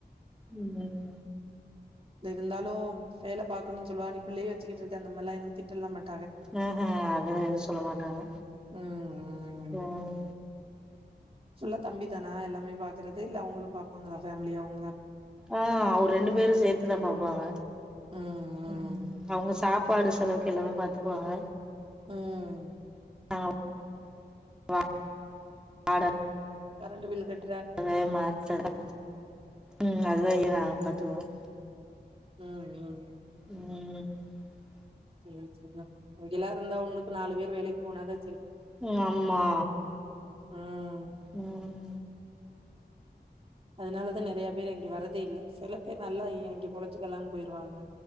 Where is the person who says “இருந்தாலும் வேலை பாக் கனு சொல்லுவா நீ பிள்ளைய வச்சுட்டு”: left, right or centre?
Right